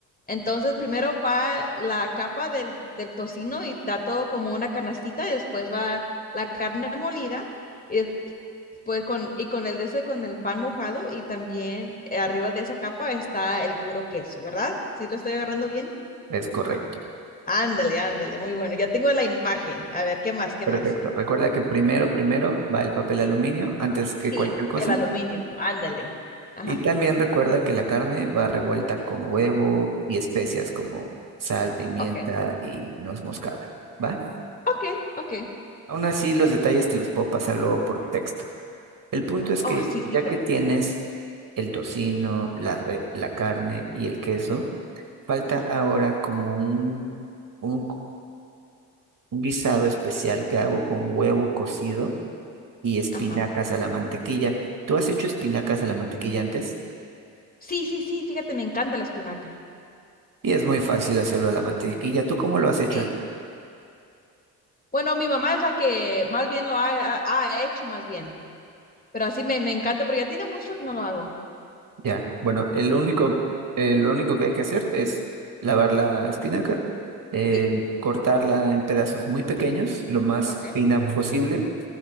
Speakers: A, on the left (about 20°); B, on the right (about 45°).
A: Entonces, primero va la capa del, del tocino y está todo como una canastita, y después va la carne molida. y Pues con, y con el de ese, con el pan mojado y también eh, arriba de esa capa está el puro queso, ¿verdad? ¿Sí lo estoy agarrando bien?
B: Es correcto.
A: Ándale, ándale, muy bueno. Ya tengo la imagen. A ver, ¿qué más? ¿Qué
B: Perfecto.
A: más?
B: Recuerda que primero, primero va el papel aluminio antes que
A: Sí,
B: cualquier cosa.
A: el aluminio, ándale. Ajá.
B: Y también recuerda que la carne va revuelta con huevo y especias como sal, pimienta
A: Ok,
B: y nuez moscada. ¿Va?
A: ok, ok.
B: Aún así, los detalles te los puedo pasar luego por texto. El punto es que
A: Oh, sí, sí,
B: ya
A: perfecto.
B: que tienes el tocino, la, re- la carne y el queso, falta ahora como un, un un guisado especial que hago con huevo cocido y espinacas
A: Ajá.
B: a la mantequilla. ¿Tú has hecho espinacas a la mantequilla antes?
A: Sí, sí, sí, fíjate, me encanta la espinaca.
B: Y es muy fácil hacerlo a la mantequilla. ¿Tú cómo lo has hecho?
A: Sí.
B: Em?
A: Bueno, mi mamá es la que más bien lo ha, ha- ha hecho, más bien. Pero así me, me encanta, pero ya tiene mucho que no lo hago.
B: Ya, bueno, el único, eh, lo único que hay que hacer es lavar la espinaca, eh,
A: Sí.
B: cortarla en pedazos muy pequeños, lo más
A: Ok.
B: fina posible,